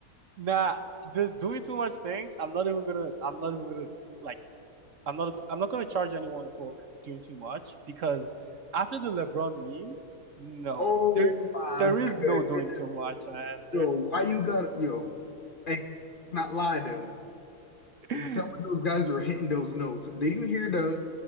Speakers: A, on the right; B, on the left.
A: nah the doing too much thing I'm not even gonna I'm not even gonna like I'm not I'm not gonna charge anyone for doing too much because after the LeBron memes no
B: oh
A: there
B: my
A: there is no
B: goodness,
A: doing too much, man. There's
B: yo, why you got yo? Hey, let's not lie though.
A: <laughs>
B: Some of those guys were hitting those notes. Did you hear the?